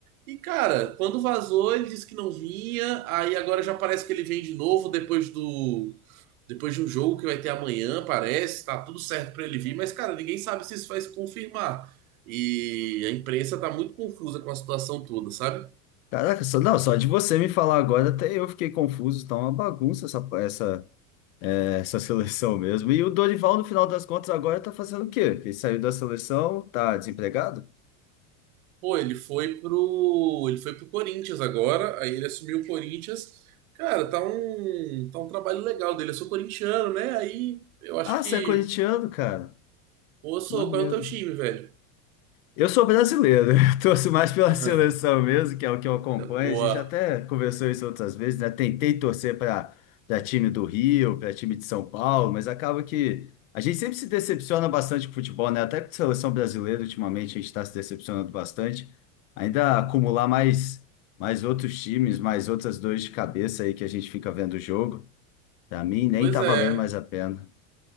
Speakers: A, on the right (about 80°); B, on the left (about 70°).
A: E, cara, quando vazou, ele disse que não vinha. Aí agora já parece que ele vem de novo depois do. Depois de um jogo que vai ter amanhã, parece. Tá tudo certo pra ele vir. Mas, cara, ninguém sabe se isso vai se confirmar. E a imprensa tá muito confusa com a situação toda, sabe?
B: Caraca, só, não, só de você me falar agora, até eu fiquei confuso, tá uma bagunça essa, essa essa seleção mesmo. E o Dorival, no final das contas, agora tá fazendo o quê? Ele saiu da seleção, tá desempregado?
A: Pô, ele foi pro. Ele foi pro Corinthians agora. Aí ele assumiu o Corinthians. Cara, tá um. Tá um trabalho legal dele. Eu sou corintiano, né? Aí eu acho
B: Ah,
A: que.
B: você é corintiano, cara.
A: Ô, sou,
B: Que maneiro.
A: qual é o teu time, velho?
B: Eu sou brasileiro, <laughs> eu torço mais pela
A: <laughs>
B: seleção mesmo, que é o que eu acompanho.
A: Boa.
B: A gente até conversou isso outras vezes, né? Tentei torcer para para time do Rio, para time de São Paulo, mas acaba que a gente sempre se decepciona bastante com o futebol, né? Até com a seleção brasileira, ultimamente, a gente está se decepcionando bastante. Ainda acumular mais, mais outros times, mais outras dores de cabeça aí que a gente fica vendo o jogo, para mim nem
A: Pois
B: tá
A: é.
B: valendo mais a pena.